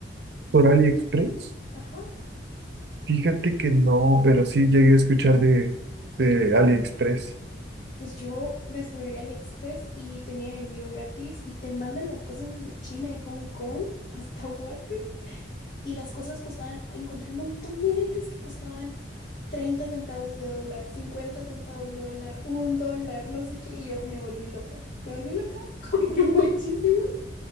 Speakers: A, on the right (about 60°); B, on the left (about 50°).
A: Por AliExpress.
B: Ajá.
A: Fíjate que no, pero sí llegué a escuchar de, de AliExpress.
B: Pues yo descubrí AliExpress y tenían envío gratis y te mandan las cosas desde China y Hong Kong hasta Guate. Y las cosas costaban, encontré un montón de aretes que costaban 30 centavos de dólar, 50 centavos de dólar, un dólar, no sé qué. Y yo me volví loca. Me volví loca, <laughs> compré muchísimos.